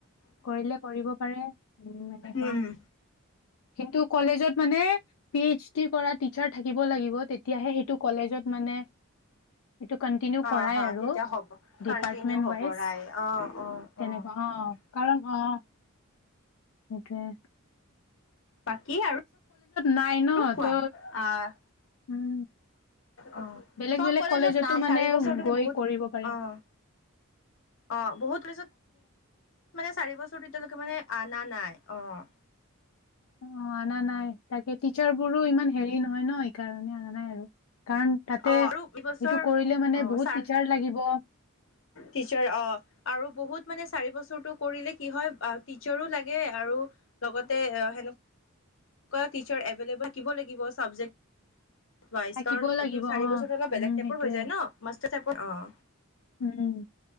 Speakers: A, on the left; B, on the left.
A: কৰিলে কৰিব পাৰে উম এনেকুৱা
B: উম
A: <unintelligible> কিন্তু কলেজত মানে পি এইচ ডি কৰা টিচাৰ থাকিব লাগিব তেতিয়াহে সেইটো কলেজত মানে <unintelligible>
B: অ
A: কৰাই
B: হ
A: আৰু
B: তেতিয়া হ'ব
A: ডিপাৰ্টমেন্ট
B: কণ্টিনিউ হ'ব
A: ৱাইজ
B: ৰাই অ অ উ
A: তেনেকুৱা
B: <unintelligible>
A: কাৰণ অ <unintelligible> একয়ে <unintelligible> <inaudible>
B: বাকী আৰ
A: নাই ন
B: আৰু কোৱা
A: ত'
B: অ',
A: উম
B: অ',
A: বেলেগ
B: চব
A: বেলেগ
B: কলেজত
A: কলেজতো
B: নাই
A: মানে
B: চাৰি বছৰটো ম
A: গৈ
B: বহুত
A: কৰিব পাৰে
B: অ', অ', বহুত কলেজত মানে চাৰি বছৰটো, এতিয়ালৈকে মানে আনা নাই। <unintelligible> <inaudible> অ। <inaudible>
A: অ', অনা নাই। তাকে টিচাৰ বোৰো ইমান হেৰি নহয় ন, সিকাৰণে অনা নাই আৰু। <unintelligible> তাতে
B: অ', আৰু ইবছৰ
A: সেইটো
B: অ',
A: কৰিলে মানে বহুত
B: ছাৰ
A: টিচাৰ লাগিব
B: টিচাৰ অ', আৰু বহুত মানে চাৰিবছ <unintelligible> <inaudible> সেইটো কৰিলে কি হয়। অ', টিচাৰো লাগে আৰু লগতে এ সেনেকুৱা টিচাৰ এভেলেবল থাকিব লাগিব চাবজেক্ট- বা ইচকাৰণ
A: থাকিব লাগিব
B: ইটো চাৰি
A: অ
B: বছৰটো অলপ বেলেগ
A: উম
B: টাইপৰ
A: সেইটোয়ে
B: হৈ যায় ন। মাচ <unintelligible> <unintelligible> অ। <inaudible>
A: উম,